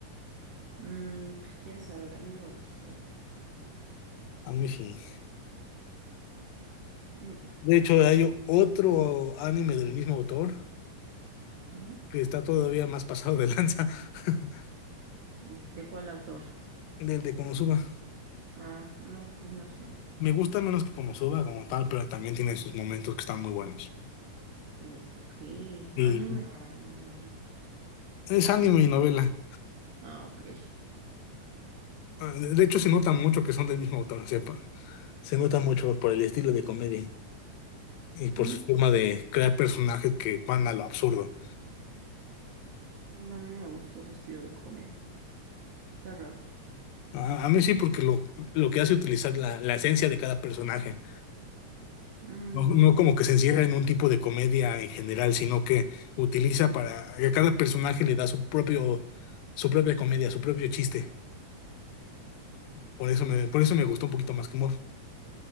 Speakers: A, on the right; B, on the left.
A: Mm, pues quién sabe, a mí no me gustó.
B: A mí sí.
A: Mm,
B: De hecho, hay otro anime del mismo autor
A: ah,
B: que está todavía más pasado de lanza <laughs>
A: o- ¿De cuál autor?
B: del de Konosuba.
A: Ah, no, pues no sé.
B: Me gusta menos que Konosuba como tal, pero también tiene sus momentos que están muy buenos.
A: Ok,
B: Y
A: anime o manga.
B: es anime y novela.
A: Ah, ok.
B: Ah, De de hecho, se nota mucho que son del mismo autor. o sea, pa- se nota mucho por el estilo de comedia. y por
A: Mm,
B: su forma de crear personajes que van a lo absurdo.
A: y no, a mí no me gustó su estilo de comedia. Está raro.
B: A, a mí sí, porque lo, lo que hace utilizar la, la esencia de cada personaje,
A: Mm,
B: no, no como que se encierra en un tipo de comedia en general, sino que utiliza para que cada personaje le da su propio, su propia comedia, su propio chiste. Por eso me, por eso me gustó un poquito más que Mob,